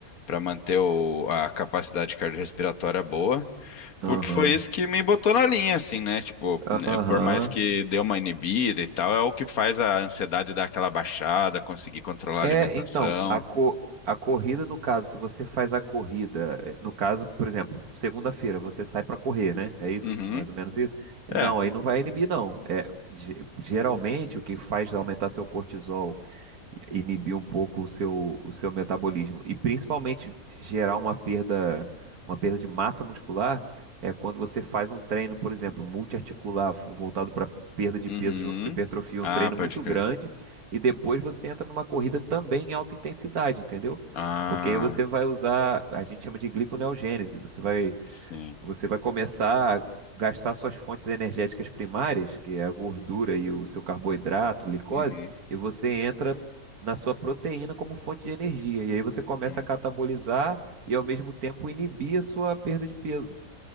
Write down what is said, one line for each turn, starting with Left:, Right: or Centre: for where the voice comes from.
Left: para manter o- a capacidade cardiorrespiratória boa.
Right: aham,
Left: Porque foi isso que me botou na linha, assim, né? Tipo,
Right: aham.
Left: né, por mais que dê uma inibida e tal, é o que faz a ansiedade dar aquela baixada, conseguir controlar a
Right: É,
Left: alimentação.
Right: então, a, co a corrida, no caso, se você faz a corrida, eh, no caso, por exemplo, segunda-feira, você sai pra correr, né? É isso,
Left: Uhum.
Right: mais ou menos isso? Não,
Left: É.
Right: aí não vai inibir, não. É, ge- geralmente, o que faz aumentar seu cortisol inibir um pouco o seu, o seu metabolismo. E principalmente gerar uma perda, uma perda de massa muscular é quando você faz um treino, por exemplo, multiarticular, f- voltado para perda de
Left: Uhum.
Right: peso junto com hipertrofia,
Left: Ah,
Right: um treino
Left: pode
Right: muito
Left: crer.
Right: grande, e depois você entra numa corrida também em alta intensidade, entendeu?
Left: Ah,
Right: Porque aí você vai usar, a gente chama de gliconeogênese, você vai
Left: sim.
Right: você vai começar a gastar suas fontes energéticas primárias, que é a gordura e o seu carboidrato, glicose,
Left: Uhum.
Right: e você entra na sua proteína como fonte de energia. E aí você começa
Left: Uhum.
Right: a catabolizar e ao mesmo tempo inibir a sua perda de peso,